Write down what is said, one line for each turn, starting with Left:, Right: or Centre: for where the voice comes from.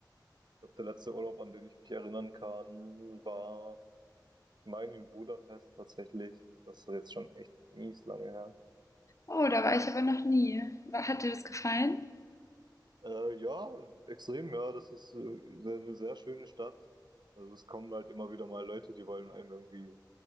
Right: glaube, der letzte Urlaub, an den ich mich erinnern kann, war, ich meine, in Budapest tatsächlich. Das ist jetzt schon echt mies lange her.
Left: Oh, da war ich aber noch nie. Wa- Hat dir das gefallen?
Right: Äh, ja, extrem, ja. Das ist äh, sehr- eine sehr schöne Stadt. Also es kommen halt immer wieder mal Leute, die wollen einem irgendwie